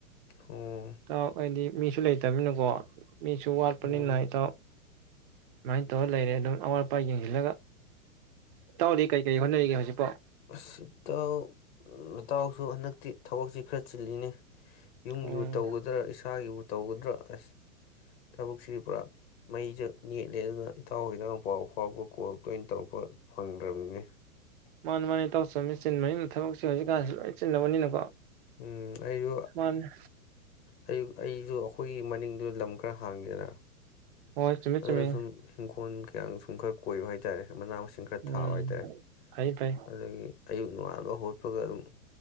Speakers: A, on the left (about 45°); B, on the right (about 40°).
A: ꯑꯣ
B: ꯀ ꯑꯅꯤ ꯃꯤꯁꯨ ꯂꯩꯇꯃꯤꯅꯀꯣ ꯃꯤꯁꯨ ꯋꯥꯠꯄꯅꯤꯅ
A: ꯎꯝ
B: ꯇ ꯁꯃꯥꯏꯅ ꯇꯧꯔ ꯂꯩꯔꯦ ꯑꯗꯨꯝ ꯑꯋꯥꯠ ꯑꯄꯥ ꯌꯦꯡꯁꯤꯜꯂꯒ ꯇꯧꯔꯤ ꯀꯔꯤ ꯀꯔꯤ ꯍꯣꯠꯅꯔꯤꯒꯦ ꯍꯧꯖꯤꯛ
A: ꯑꯇꯥꯎ ꯏꯇꯥꯎꯁꯨ ꯍꯟꯗꯛꯇꯤ ꯊꯕꯛꯁꯤ ꯈꯔ ꯆꯤꯜꯂꯤꯅꯤ ꯌꯨꯝꯒꯤꯕꯨ
B: ꯑꯣ
A: ꯇꯧꯒꯗ꯭ꯔꯥ ꯏꯁꯥꯒꯤꯕꯨ ꯇꯧꯒꯗ꯭ꯔꯥ ꯑꯁ ꯊꯕꯛꯁꯤꯗꯤ ꯄꯨꯔꯥ ꯃꯩꯁ ꯅꯦꯠꯂꯦ ꯑꯗꯨꯅ ꯇꯥꯎꯈꯤꯗꯪ ꯄꯥꯎ ꯐꯥꯎꯕ ꯀꯣꯜ ꯇꯣꯏꯅ ꯇꯧꯔꯛꯄ ꯐꯪꯗ꯭ꯔꯕꯅꯤ
B: ꯃꯥꯅꯤ ꯃꯥꯅꯦ ꯇꯧ ꯆꯃꯤ ꯆꯤꯟꯕꯅꯤꯅ ꯊꯕꯛꯁꯦ ꯍꯧꯖꯤꯛꯀꯥꯟꯁꯤꯦ ꯂꯣꯏ ꯆꯤꯟꯅꯕꯅꯤꯅꯀꯣ
A: ꯎꯝ ꯑꯨ
B: ꯃꯥꯅꯤ
A: ꯑꯨ ꯑꯩꯁꯨ ꯑꯩꯈꯣꯏꯒꯤ ꯃꯅꯤꯡꯗꯨꯗ ꯂꯝ ꯈꯔ ꯍꯥꯡꯉꯦꯗꯅ
B: ꯍꯣꯏ ꯆꯨꯝꯃꯤ
A: ꯑꯗꯨꯗ
B: ꯆꯨꯝꯃꯤ
A: ꯁꯨꯝ ꯏꯤꯡꯈꯣꯜ ꯀꯌꯥ ꯑꯣꯀ <unintelligible> ꯀꯣꯏꯕ ꯍꯥꯏꯇꯥꯔꯦ ꯃꯅꯥ ꯃꯁꯤꯡ ꯈꯔ
B: ꯎꯝ
A: ꯊꯥꯕ ꯍꯥꯏꯇꯥꯔꯦ
B: ꯐꯩ ꯐꯩ
A: ꯑꯗꯨꯗꯒꯤ ꯑꯌꯨꯛ ꯉꯉꯥꯟꯕ ꯍꯣꯠꯄꯒ ꯑꯗꯨꯝ